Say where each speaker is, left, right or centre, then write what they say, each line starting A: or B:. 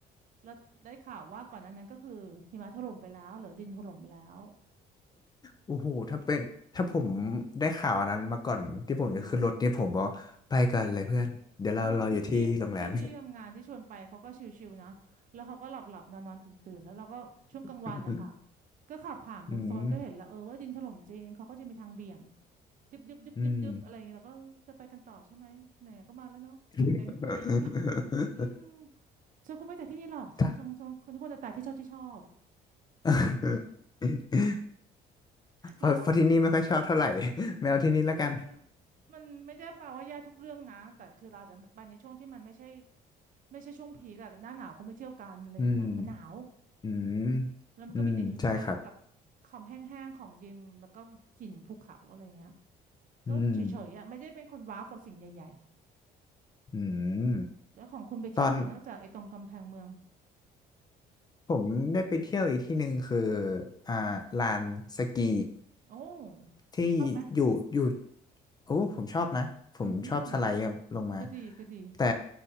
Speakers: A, on the right; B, on the left.
A: แล้วได้ข่าวว่าก่อนหนั้นนั้นก็คือหิมะถล่มไปแล้วหรือดินถล่มไปแล้ว
B: โอ้โหถ้าเป็นถ้าผมได้ข่าวอันนั้นมาก่อนที่ผมจะขึ้นรถนี่ผมบอกไปกันเลยเพื่อน เดี๋ยวเรารออยู่ที่โรงแรม
A: เออคือพี่พี่ที่ทำงานที่ชวนไปเขาก็ชิวๆนะแล้วเขาก็หลับๆนอนๆตื่นๆแล้วเราก็ช่วงกลางวันนะคะ
B: <laughs>
A: ก็ขับผ่านมันโซนก็เห็นแล้วเออว่าดินถล่มจริงเขาก็จะมีทางเบี่ยง
B: อืม
A: ดึบดึบดึบดึบดึบอะไรอย่างเงี้ยแล้ก็เออจะไปกันต่อใช่ไหมไหนๆก็มาแล้วเนาะ
B: อืม <laughs>
A: <laughs> อะไรอย่างเงี้ย <laughs> ก็อืมฉันคงไม่แต่ที่นี่หรอกฉันชงชงคนคนแต่ที่ชอบที่ชอบ
B: ถ้า <laughs> เพราะเพราะที่นี่ไม่ค่อยชอบเท่าไหร่
A: แล้วตรง
B: <laughs> ไม่เอาที่นี่แล้วกัน
A: คือมันไม่ได้แปลว่าแย่ทุกเรื่องนะแต่คือเราอาจจะไปในช่วงที่มันไม่ใช่ไม่ใช่ช่วงผีคอะหน้าหนาวเขาไม่เที่ยวกันอะไรอย่างเงี้ยมันหนาว
B: อืมอืม
A: แล้วมันก็มีแต่หิมะกับ
B: อืมใช่ครับ
A: ความแห้งๆของดินแล้วก็หินภูเขาอะไรเงี้ยก็เฉยๆอ่ะไม่ได้เป็นคนว้าวกับสิ่งใหญ่
B: อืมอืม
A: ๆแล้วของคุณไปเที่ยวไหนนอกจากไอ้ตรงกำแพงเมือง
B: ตอน ผมได้ไปเที่ยวอีกที่หนึ่งคืออ่าลานสกี
A: โอ้
B: ที่อยู่อยู่
A: ชอบไหม
B: โอ้ผมชอบนะผมชอบสไลด์ลงมา
A: อืมก็ดีก็ดี
B: แต่